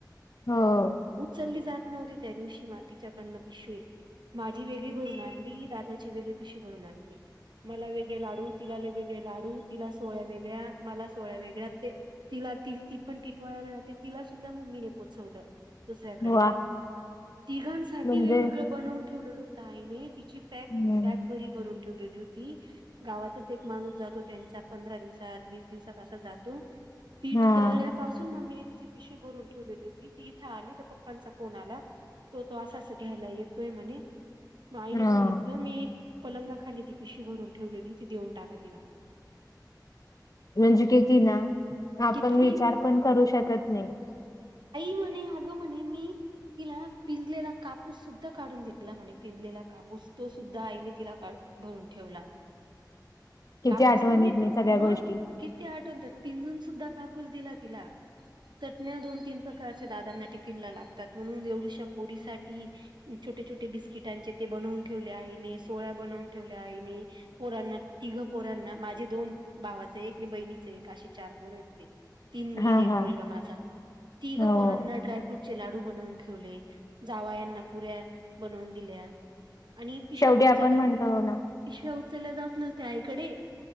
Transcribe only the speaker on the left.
हं.
वाह!
म्हणजे
हं,
हां,
हां.
म्हणजे किती ना, आपण
विचार पण करू शकत नाही.
किती
आठवणीत नाही
सगळ्या गोष्टी.
हां,
हां.
हो.
शेवटी
आपण म्हणतो ना